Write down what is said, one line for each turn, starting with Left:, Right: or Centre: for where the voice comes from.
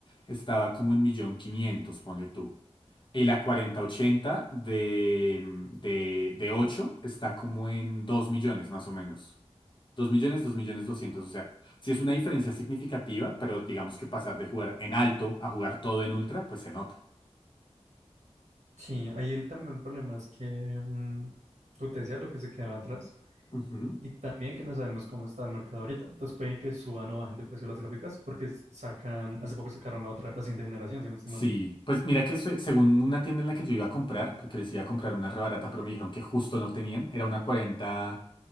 Left: estaba como en millón quinientos, ponle tú. Y la cuarenta ochenta de, mm, de, de 8 está como en 2 millones más o menos. dos millones, 2 millones doscientos O sea, sí es una diferencia significativa, pero digamos que pasar de jugar en alto a jugar todo en ultra, pues se nota.
Right: Sí, ahí el, también el problema es que, mm, como te decía, lo que se quedaba atrás
Left: Ujú.
Right: y también que no sabemos cómo está el mercado ahorita. Entonces pueden que suban o bajen de precio las gráficas porque s- sacan, hace poco sacaron la otra, la siguiente generación, si no estoy
Left: Sí,
Right: mal.
Left: pues mira que se- según una tienda en la que yo iba a comprar, porque les iba a comprar una rebarata, pero me dijeron que justo no tenían, era una 40